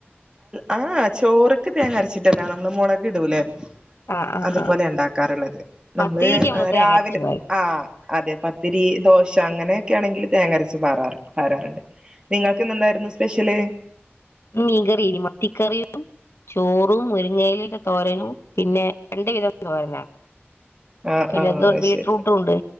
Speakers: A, on the right; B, on the left.
A: അഹ് ചോറ്ക്ക് തേങ്ങ അരച്ചിട്ടല്ല നമ്മള് മുളക് ഇടൂലെ
B: ആഹ് ആഹ്
A: അതുപോലെ
B: ആഹ്
A: ഉണ്ടാക്കാറുള്ളത് നമ്മള്
B: പത്തിരിക്ക്
A: രാവിലെ
B: തേങ്ങ അരച്ച് പാരും
A: അ അതേ പത്തിരി ദോശ അങ്ങനെ ഒക്കെ ആണെങ്കിൽ തേങ്ങരച്ച് പാറാറുണ്ട് പാരാറുണ്ട് നിങ്ങക്കിന്ന് ഇന്നെന്തായിരുന്നു സ്പെഷല്
B: മീൻ കറിയില്ലേ മത്തിക്കറിയും ചോറും മുരിങ്ങയിലേടെതോരനും രണ്ട് തരം തോരനും
A: ആഹ്
B: പിന്നെ
A: ആഹ്
B: ഇതൂണ്ട് ബീറ്റ്റൂട്ട്
A: ശരി
B: ഉണ്ട്